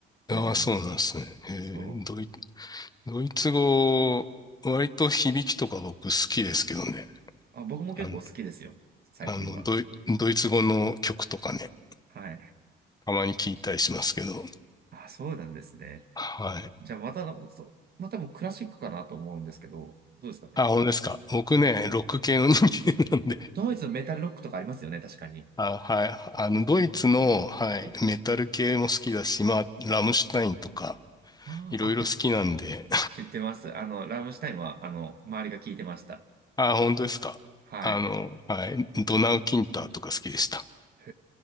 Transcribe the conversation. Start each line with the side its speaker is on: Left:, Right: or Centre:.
Right: ドイツ人の。
Left: ああ、そうなんですね。えードイ、
Right: そう。
Left: ドイツ語、割と響きとか僕好きですけどね。
Right: あ、僕も結構好きですよ、
Left: あの、
Right: 最近は。
Left: あのドイ、ドイツ語の曲とかね、
Right: はい。
Left: たまに聞いたりしますけど。
Right: あ、そうなんですね。
Left: はい。
Right: じゃあまた、そうまあ多分クラシックかなと思うんですけど、どうですかね。
Left: あ、本当ですか。僕ね、ロック系の人間なんで。
Right: ドイツのメタルロックとかありますよね、確かに。
Left: あ、はい。あの、ドイツの、はい、
Right: はい。
Left: メタル系も好きだし、まあ、ラムシュタインとか、
Right: あーあ、
Left: いろいろ好きなんで。
Right: はい。知ってます。あの、ラムシュタインは、あの、周りが聞いてました。
Left: あ、本当ですか。
Right: はい。
Left: あの、はい、ドナウ・キンターとか好きでした。
Right: へ